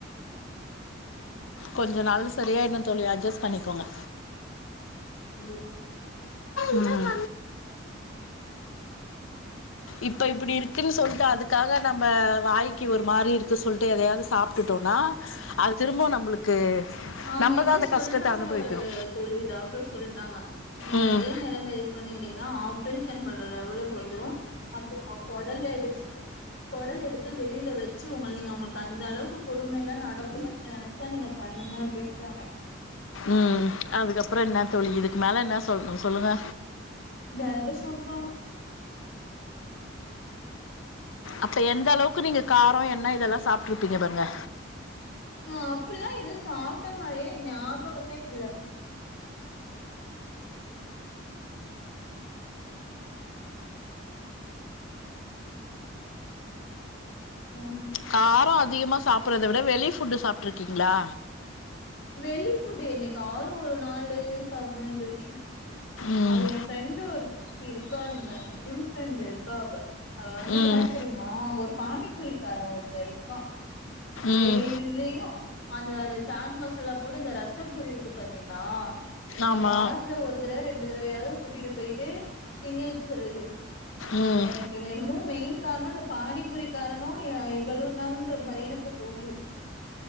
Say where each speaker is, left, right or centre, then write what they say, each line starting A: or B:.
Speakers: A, on the left; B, on the left.
A: கொஞ்ச நாள்ல சரியாய்டு தோழி அட்ஜஸ் பண்ணிக்கோங்க
B: கண்டிப்பா
A: ம் இப்போ இப்பிடி இருக்குன் சொல்ட்டு அதுக்காக நம்ம வாய்க்கு ஒரு மாரி இருக்கு சொல்ட்டு எதையாவது சாப்ட்டுட்டோனா அது திரும்போ நம்ளுக்கு
B: அவங்க
A: நம்பதா
B: என்ட்ட
A: அந்த
B: சொல்ட்டாங்க
A: கஷ்டத்த அனுபவிக்கணு
B: தோழி டாக்டர் சொல்ட்டாங்க நீங்க
A: ம்
B: இதே நெலம இது பண்ணிந்தீங்னா ஆப்ரேஷன் பண்ற லெவலக்கு வந்துரு அப்போ உங்க கொடல் வெடுச் கொடல் எடுத்து வெளில வெச்சு உங்கள் நீங்க அவ்ங்களுக்கு அந்த அளவுக்கு கொடுமை எல்லா நடக்குத நனச்சா நீங்க பண்ணுங்க அப்டின்டாங்க
A: ம் அதுக்கப்பறோ என்ன தோழி இதுக்கு மேல என்ன சொல்ணு சொல்லுங்க
B: டேரக்டா சொல்பாங்க
A: அப்ப எந்த அளவுக்கு நீங்க காரோ எண்ண இதெல்லா சாப்ட்ருப்பீங்க பாருங்க
B: நா அப்பெல்லா எது சாப்ட்ட மாரியே எ ஞாபகமே இல்ல ம்
A: காரோ அதிகமா சாப்பட்றத விட வெளி ஃபுட்டு் சாப்ட்ருக்கீங்ளா
B: வெளி ஃபுட்டு என்னெக்காவ்து ஒரு நாளு சாப்டுவே தோழி
A: ம்
B: அது ஏ ஃப்ரெண்டு ஒருத்தி இருக்காங்க ஜிம் ஃப்ரெண்டு இருக்கா அவ அவ வந்து
A: ம்
B: என்ன தெரிம் மா அங்க ஒரு பானிபூரி கார ஒருத்த இருக்கா டெய்லியு
A: ம்
B: அந்த அது சேட் மசாலா போட்டு அந்த ரசப்பூரி இருக்கு பாத்தீங்ளா
A: ஆமா
B: அது வாரத்துல ஒரு தடவ ரெண்டு தடவயாது கூட்டிட்டு போய்ட்டு திங்க வெச்சற்றது
A: ம்
B: எனக் இவுங்க என்னமோ மெய்ன் கார்ணோ அந்த பானிபூரிகாரனு ஏ ஏ இவளுதான்ற மாரியே எனக்கு தோணுது